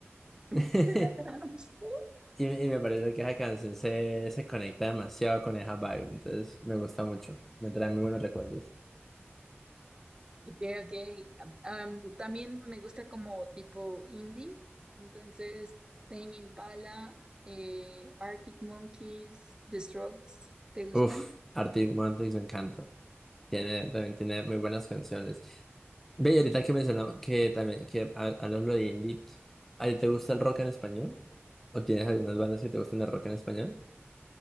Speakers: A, in the centre; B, on the right.
A: <laughs>
B: <laughs>
A: Y, y me parece que esa canción se, se conecta demasiado con esa vibe, entonces me gusta mucho, me trae muy buenos recuerdos.
B: Okay, okay. Am, también me gusta como tipo indie, entonces Tame Impala, eh, Arctic Monkeys, The Strokes, ¿te gustan?
A: Uf, Arctic Monkeys me encanta. Tiene, también tiene muy buenas canciones. Ve, y ahorita que mencionamos que también, que ha- hablando de indie, ¿a ti te gusta el rock en español? ¿O tienes algunas bandas que te gustan el rock en español?